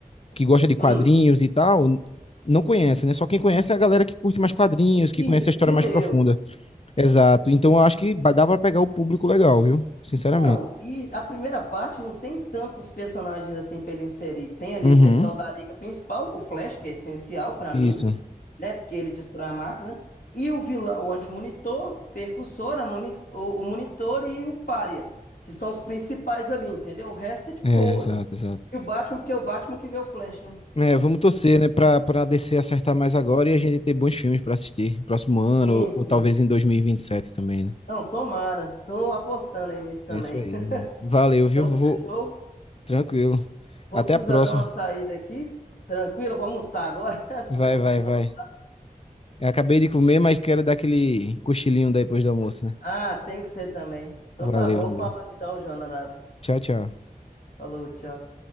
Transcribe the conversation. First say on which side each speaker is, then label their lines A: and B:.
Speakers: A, on the left; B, on the left.
A: que gosta de quadrinhos
B: Hum,
A: e tal, não conhece, né? Só quem conhece é a galera que curte mais quadrinhos, que
B: isso,
A: conhece a história
B: que
A: mais
B: leu.
A: profunda. Exato. Então eu acho que ba- dá pra pegar o público legal, viu? Sinceramente.
B: Não, e a primeira parte não tem tantos personagens assim pra ele inserir. Tem ali
A: Uhum.
B: o pessoal da Liga Principal, o Flash, que é essencial pra
A: Isso.
B: mim. né? Porque ele destrói a máquina. E o vilão, o antimonitor, percussor, a moni- o, o monitor e o pária, que são os principais ali, entendeu? O resto é de
A: É,
B: boas.
A: exato, exato.
B: E o Batman, porque é o Batman que vê o Flash, né?
A: É, vamos torcer, né, pra, pra DC acertar mais agora e a gente ter bons filmes pra assistir próximo
B: Sim,
A: ano, ou, ou
B: sim.
A: talvez em dois mil e e vinte e sete também, né?
B: Não, tomara. Tô apostando aí nisso também.
A: É isso aí.
B: <laughs>
A: mano. Valeu, viu?
B: Então,
A: Vou...
B: fechou.
A: Tranquilo.
B: Vou
A: Até
B: precisar
A: a próxima.
B: dar uma saída aqui. Tranquilo, vou almoçar agora, <laughs> se
A: Vai,
B: você não
A: vai,
B: se importa.
A: vai. Eu acabei de comer, mas quero dar aquele cochilinho depois do almoço, né?
B: Ah, tem que ser também. Então
A: Valeu.
B: tá bom, fala então, Jonadab.
A: Tchau, tchau.
B: Falou, tchau.